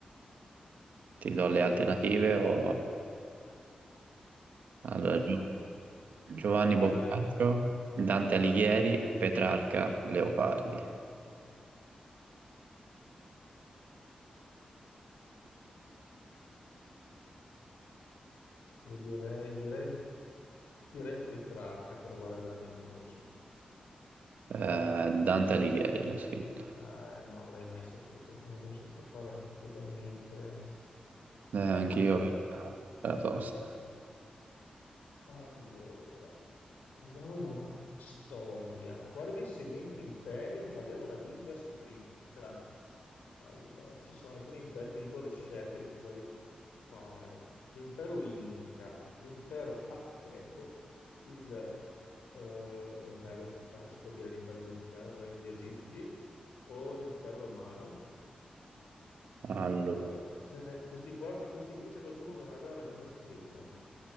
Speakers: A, on the right; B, on the left.
A: Ti do le alternative o... Allora,
B: Eh,
A: Gio-
B: Eh,
A: Giovanni
B: vai,
A: Boccaccio,
B: vai.
A: Dante Alighieri, Petrarca, Leopardi.
B: Direi, direi, direi Petrarca, però guarda, veramente non lo so.
A: Eh, Dante Alighieri l'ha scritto.
B: Eh, non avrei mai saputo, non lo so, guarda, totalmente.
A: Eh, anch'io eh, la tosta.
B: Allora, andiamo in una storia. Quale dei seguenti imperi non aveva una lingua scritta? Allora, ci sono alcuni imperi, ti dico le scelte che puoi fare. L'impero Inca, l'impero Azteco, il, eh, l'impero egiziano, si può dire l'impero egiziano, quello degli Egizi, o l'impero romano.
A: Allora,
B: Quindi qua- ce n'è- questi qua, tra questi qui c'è qualcuno che non aveva la lingua scritta.